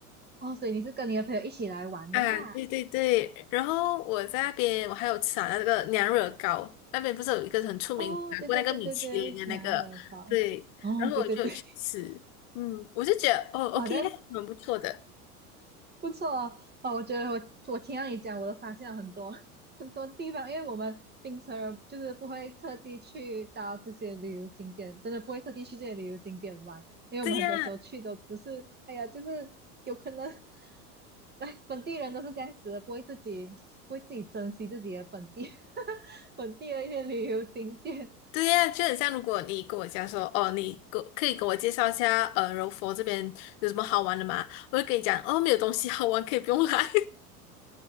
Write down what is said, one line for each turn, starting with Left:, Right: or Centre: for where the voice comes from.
Right: 哦，所以你是跟你的朋友一起来玩的啦。
Left: 啊，对对对，然后我在那边，我还有吃啊那个娘惹糕，那边不是有一个很出名，
Right: 哦，
Left: 拿过那个米其林的那个，
Right: 对对对对对，娘惹糕。
Left: 对，
Right: 哦，
Left: 然后我就有去吃，
Right: 对对对，<laughs>
Left: 嗯，我就觉得哦，OK，
Right: 哇，这样
Left: 蛮不错的，
Right: 不错哦。哦，我觉得我我听到你讲，我都发现了很多 <laughs> 很多地方，因为我们槟城人就是不会特地去到这些旅游景点，真的不会特地去这些旅游景点玩，因为我们很多时候去都只是，
Left: 对呀。
Right: 哎呀，就是有可能来本地人都是这样子的，不会自己不会自己珍惜自己的本地 <laughs> 本地的一些旅游景点。
Left: 对呀，就很像如果你跟我讲说，哦，你给可以给我介绍一下，呃，柔佛这边有什么好玩的吗？我会跟你讲，哦，没有东西好玩，可以不用来。